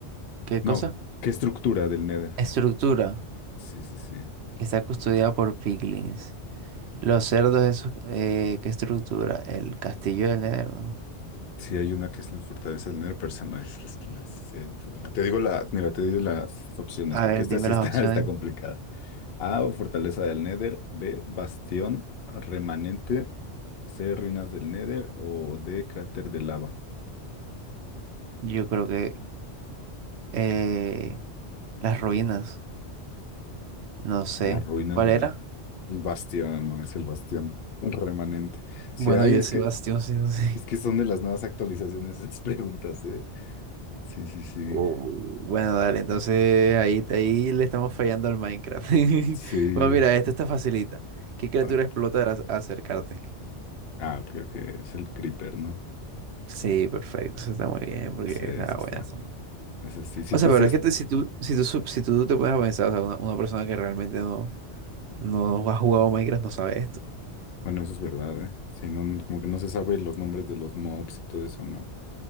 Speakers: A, on the right; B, on the left.
A: ¿qué cosa?
B: No, ¿qué estructura del Nether?
A: Estructura.
B: Sí, sí, sí.
A: Está custodiada por piglins. Los cerdos, esos, eh, ¿qué estructura? El castillo del Nether, ¿no?
B: Sí, hay una que es la fortaleza del nero, pero esa no es, esa no es. Sí, hay como- Te digo la, mira, te digo las opciones,
A: A
B: porque
A: ver,
B: esta
A: dime
B: sí
A: las
B: está,
A: opciones.
B: <laughs> está complicada. A, fortaleza del Nether, B, bastión remanente, C, ruinas del Nether o D, cráter de lava.
A: Yo creo que eh, las ruinas, no sé.
B: Las ruinas
A: ¿Cuál
B: del
A: era?
B: Nether. El bastión, no, es el bastión remanente. Si
A: Bueno,
B: hay,
A: yo
B: es
A: ese
B: que,
A: bastión, sí, no sé.
B: es que son de las nuevas actualizaciones esas <laughs> preguntas, ¿eh? Sí, sí, sí.
A: Oh, bueno, dale, entonces ahí, ahí le estamos fallando al Minecraft. <laughs>
B: Sí.
A: Bueno, mira, esta está facilita. ¿Qué criatura
B: A ver.
A: explota al ac- acercarte?
B: Ah, creo que es el creeper, ¿no?
A: Sí, perfecto, eso está muy bien, porque
B: Sí,
A: está
B: esa está.
A: buena. esa.
B: Esa sí. Sí
A: O
B: te
A: sea, pero
B: hacías.
A: es que te- si tú, si tú, sup- si tú te puedes a pensar, o sea, una, una persona que realmente no, no ha jugado Minecraft no sabe esto.
B: Bueno, eso es verdad, ¿eh? Sí, no, no- como que no se sabe los nombres de los mobs y todo eso, ¿no?